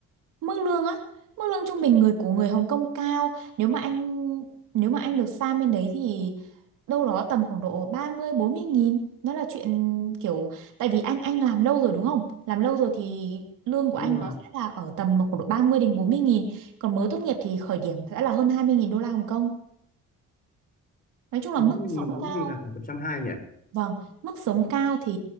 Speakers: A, on the right; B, on the left.
A: mức lương á mức lương trung bình người của người Hồng Kông cao nếu mà anh nếu mà anh được sang bên đấy thì đâu đó tầm khoảng độ ba mươi bốn mươi nghìn nó là chuyện kiểu tại vì anh anh làm lâu rồi đúng không làm lâu rồi thì lương của
B: Đúng
A: anh
B: rồi,
A: nó sẽ là ở tầm khoảng độ ba mươi đến bốn mươi nghìn còn mới tốt nghiệp thì khởi điểm sẽ là hơn 20 nghìn đô la Hồng Kông nói chung là
B: 40.000
A: mức sống
B: 40 nghìn bốn
A: cao
B: mươi nghìn là khoảng tầm trăm hai nhỉ.
A: vâng mức sống cao thì